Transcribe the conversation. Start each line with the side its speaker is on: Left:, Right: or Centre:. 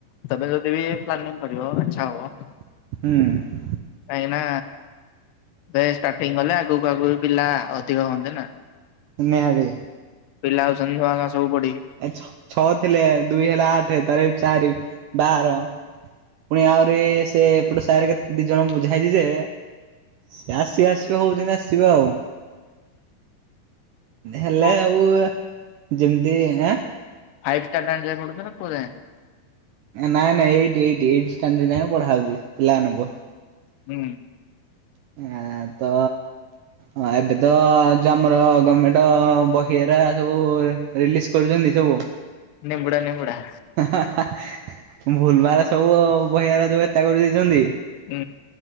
Left: ତମେ ଯଦି ବି ପ୍ଲାନିଂ କରିବ ଆଚ୍ଛା ହୁଆ।
Right: ହୁଁ।
Left: କାହିଁକି ନା ବେଶ ଷ୍ଟାଟିଙ୍ଗ ଗଲେ ଆଗକୁ ଆଗକୁ ପିଲା ଅଧିକ ହୁଅନ୍ତି ନା।
Right: ନ୍ୟାୟ ରେ।
Left: ପିଲା ଆଉଚନ୍ତି ନୂଆ ନୂଆ ସବୁ ପଡି।
Right: ଛ ଛଅ ଥିଲେ ଦୁଇ ହେଲା ଆଠ ଥରେ ଚାରି ବାର ଫୁଣି ଆହୁରି ସେ ଏପଟେ ସା କେ ଦି ଜଣଙ୍କୁ ବୁଝା ହେଇଚି ଯେ ସେ ଆସିବେ ଆସିବେ ହୋଉଚନ୍ତି ଆସିବେ ଆଉ? ହେଲେ
Left: କୋଉ
Right: ଆଉ ଯେମିତି ଏ?
Left: <unintelligible>
Right: ନାଇଁ ନାଇଁଇ ଏଇଟି ଏଇଟି ଏଇଟି ଷ୍ଟାଣ୍ଡାର୍ଡ ଯାଏ ପଢା ହୋଉଚି ପିଲାମାନଙ୍କୁ?
Left: ହୁଁ।
Right: ଆ ତ ହଁ ଏବେ ତ ଯ ଆମର ଗମେଣ୍ଟ ବହିରା ସବୁ ରିଲିଜ୍‌ କରୁଛନ୍ତି ସବୁ।
Left: ନିମ୍ବୁଡା ନିମ୍ବୁଡା।
Right: ଭୁଲ ଭାଲ ସବୁ ବହିରା ଯୋଉ ଏତା କରି ଦେଇଛନ୍ତି।
Left: ହୁଁ।